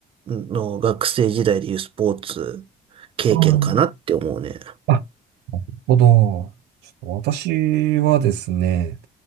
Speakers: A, on the right; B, on the right.
A: の学生時代でいうスポーツ経験かなって思うね。
B: あーあ、なるほど。ちょっと私はですね、